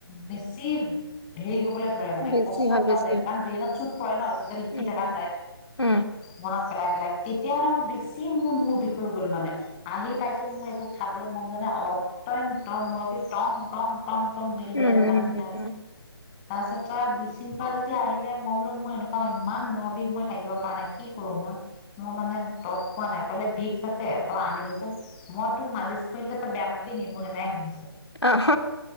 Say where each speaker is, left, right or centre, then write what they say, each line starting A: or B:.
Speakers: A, on the left; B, on the left.
A: বেছি হেৰি হবলৈ মানে
B: বেছি
A: কষ্ট
B: হয়
A: পোৱা
B: বেছি
A: যায়
B: হয়
A: কাৰণ ব্ৰেইনত চুত পৰে ন যতে লিখি
B: উম
A: থকা যায়
B: উম
A: মনত পেলাই পেলাই তেতিয়াানে মই বেছি মোৰ মূোৰ বিষয় গ'ল মানে আহি পাইছো মোৰ একো খাবলৈ মন যোৱা নাই অত্ন্ত মূুৰ বি টং অ প বেল
B: উম
A: বজাই থকা
B: উম
A: নিচিনা
B: উম
A: আছে
B: উম।
A: তাৰপছত বিশৃংখোৱা আহিলে মই বোলো মোৰ এনেকুৱা ইমান মূুৰ বিষ মই থাকিব পৰা নাই কি কৰো মই মোৰ মানে তপ পোৱা নাই কলে ভিক্স আছে তই আনিলচোন মই তোক মালিচ কৰিিললে তই বেয়া পাবি ন মোক এনে শুনিছো
B: আহ